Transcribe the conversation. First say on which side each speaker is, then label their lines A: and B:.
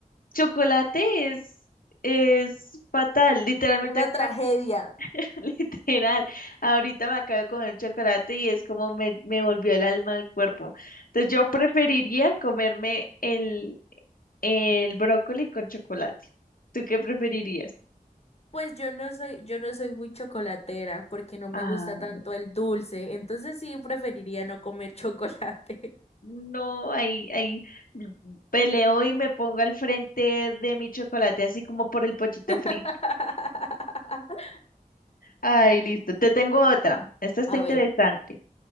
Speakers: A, on the left; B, on the left.
A: chocolate es, es fatal. Literalmente,
B: Una
A: <laughs> ac-
B: tragedia.
A: me ac- <laughs> literal. Ahorita me acabo de comer chocolate y es como me, me volvió el alma al cuerpo. Entonces yo preferiría comerme el, el brócoli con chocolate. ¿Tú qué preferirías?
B: Pues yo no soy, yo no soy muy chocolatera porque no me
A: Ah,
B: gusta tanto el dulce, entonces sí preferiría no comer chocolate.
A: no, ahí, ahí peleo y me pongo al frente de mi chocolate, así como por el pochito
B: <laughs>
A: frito. Ay, listo. Te tengo otra. Esta está
B: A
A: interesante.
B: ver,